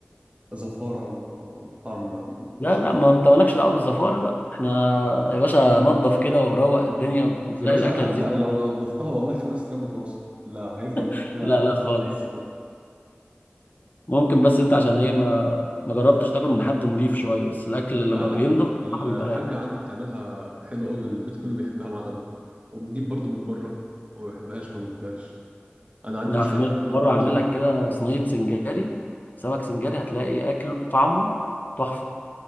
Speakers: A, on the right (about 30°); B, on the left (about 45°).
A: زفاره و- وطعم
B: لا
A: مش
B: لا
A: حلو
B: ما انت مالكش دعوه بالزفاره بقى احنا يا باشا نضف كده وروق الدنيا بتلاقي
A: يا باشا
B: الاكله
A: حتى
B: لذيذه
A: لو نضفتها والله خمس ايام متواصل لا هيفضل برضه
B: <laughs>
A: فيها
B: لا لا خالص
A: ريحه زفاره
B: ممكن بس انت عشان ايه ما ما جربتش تاكل من حد نضيف شويه بس الاكل
A: لا
B: لما
A: لا
B: بينضف بصراحه
A: ال-
B: بيبقى
A: الحاجه
B: رايق
A: عندي بتعملها حلو قوي البيت كله بيحبها ما عدا انا وبنجيب برضه من بره وما بحبهاش ما باكلهاش انا عندي
B: يعني
A: مشكله
B: في مر-
A: مع السمك
B: مره
A: من وأنا
B: اعمل
A: صغير
B: لك كده صينيه سنجاري سمك سنجاري هتلاقي اكل طعمه تحفه